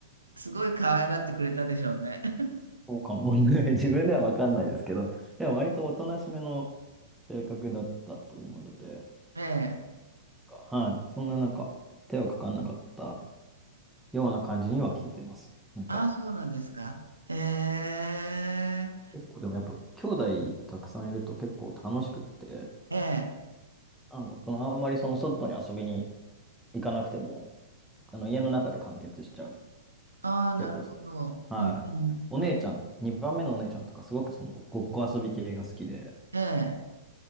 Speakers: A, on the right; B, in the centre.
A: すごい可愛がってくれたでしょうね。<laughs>
B: そうかもね。<laughs> 自分ではわかんないですけど、でも割とおとなしめの性格だったと思うので、
A: ええ。
B: はい、そんななんか手はかかんなかったような感じには聞いてます。なんか
A: あ、そうなんですか。へえ。
B: 結構でもやっぱ兄弟たくさんいると結構楽しくって、
A: ええ。
B: なんだ、そのあんまりその外に遊びに行かなくても、あの家の中で完結しちゃう。
A: ああ、なるほど。
B: 結構その、
A: うん、
B: はい。お姉ちゃん、
A: うん、
B: 2番目のお姉ちゃんとかすごくそのごっこ遊び系が好きで、
A: ええ、